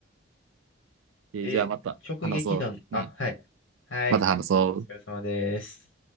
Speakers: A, on the right; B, on the left.
A: えーじゃあまた話そう。
B: え、直撃弾。あ、
A: うん。
B: はい。はい。
A: また話そう。
B: お疲れ様です。